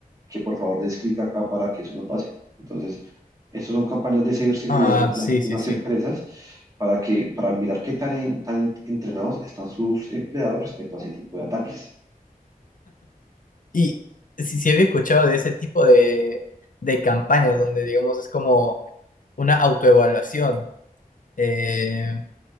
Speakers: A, on the right; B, on the left.
A: que por favor des clic acá para que eso no pase. Entonces, estas son campañas de ciberseguridad
B: Ah,
A: de de
B: sí,
A: las,
B: sí,
A: de las
B: sí.
A: empresas para que, para mirar qué tan, en- tan entrenados están sus empleados respecto a ese tipo de ataques.
B: Y sí, sí había escuchado de ese tipo de, de campañas donde, digamos, es como una autoevaluación. Eh,